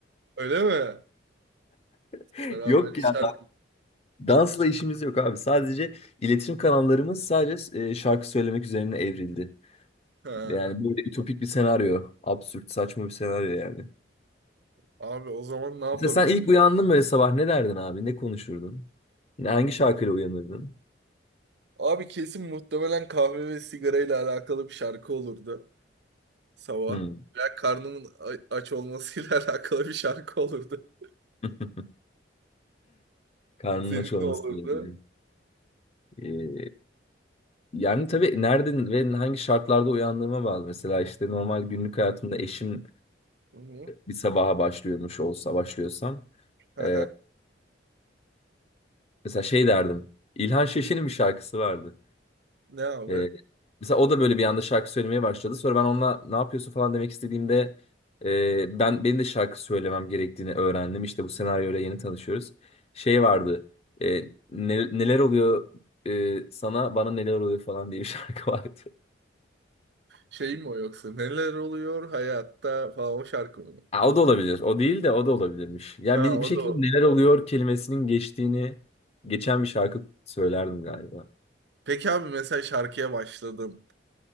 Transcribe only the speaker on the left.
<laughs>
Yok
ya
Dansla işimiz yok abi. Sadece iletişim kanallarımız sadece e, şarkı söylemek üzerine evrildi.
Yani böyle ütopik bir senaryo. Absürt, saçma bir senaryo yani.
Mesela sen ilk uyandın böyle sabah ne derdin abi? Ne konuşurdun? Ne- Hangi şarkıyla uyanırdın?
Hmm.
<laughs> Karnının
aç olmasıyla
ilgili. Ee, yani tabii nereden ve hangi şartlarda uyandığıma bağlı. Mesela işte normal günlük hayatımda eşimle
bir sabaha başlıyormuş olsa başlıyorsam.
e, mesela şey derdim. İlhan Şeşin'in bir şarkısı vardı.
Ee, mesela o da böyle bir anda şarkı söylemeye başladı. Sonra ben onunla ne yapıyorsun falan demek istediğimde e, ben benim de şarkı söylemem gerektiğini öğrendim. İşte bu senaryoyla yeni tanışıyoruz. Şey vardı. e, ne- neler oluyor e, sana bana neler oluyor falan diye bir <laughs> şarkı vardı.
Ha, o da olabilir. O değil de o da olabilirmiş. Yani
bir, bir
şekilde
neler oluyor kelimesinin geçtiğini geçen bir şarkı söylerdim galiba.